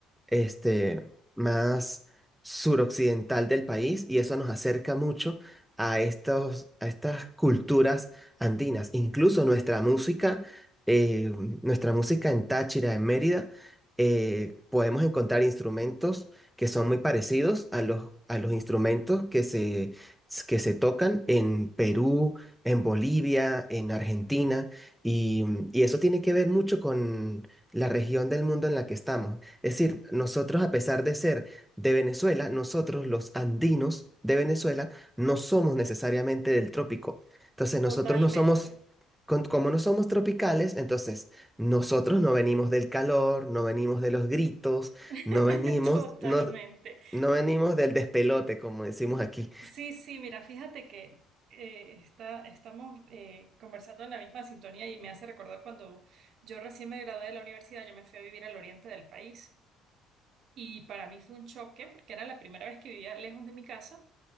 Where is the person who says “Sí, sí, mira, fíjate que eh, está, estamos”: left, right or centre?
Right